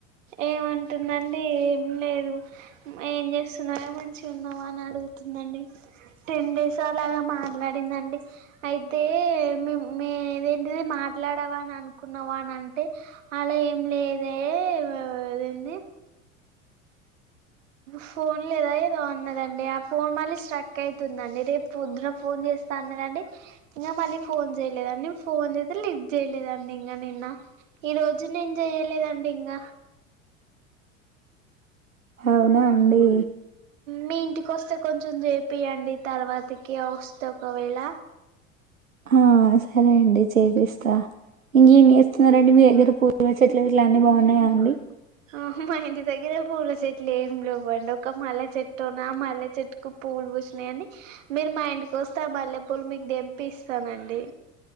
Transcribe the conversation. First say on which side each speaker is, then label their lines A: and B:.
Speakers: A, on the right; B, on the right.
A: ఏమంటుందండి ఏం లేదు ఏం చేస్తున్నారా మంచి ఉన్నావా అని అడుగుతుందండి టెన్ డేస్ అలాగా మట్లా మరిందండి అయితే మే మేదేంటిది మాట్లాడవా అని అనుకున్నావా అని అంటే అలా ఏం లేదే గదేంది ఫోన్ లేదా ఏదో అన్నదండి ఆ ఫోన్ మళ్ళీ స్ట్రక్ అయితుందండి రేపు పొద్దున ఫోన్ చేస్తా అన్నదండి ఇంగ మళ్ళీ ఫోన్ చేయలేదండి ఫోన్ చేస్తే లిఫ్ట్ చేయలేదండి ఇంకా నిన్న ఈ రోజు నేను చెయ్యలేదండి ఇంగా
B: అవునా అండి
A: మీ ఇంటికి వస్తే కొంచెం చేపియండి తర్వాతకి వస్తే స్తే ఒకవేళ
B: హా సరే అండి చేపిస్తా ఇంకేం చేస్తున్నారండి మీ దగ్గర పూల చెట్లు ఇట్ల అన్నీ బాగున్నాయా అండి
A: హా హా మా ఇంటి దగ్గర పూల చెట్లు ఏం లేవ్వండి ఒక మల్లె చెట్టు ఆ మల్లె చెట్టుకు పూలు పూసినాయి అండి మీరు మా ఇ ఇంటికీ వస్తె ఆ మల్లె పూలు మీకు దెంపి ఇస్తానండి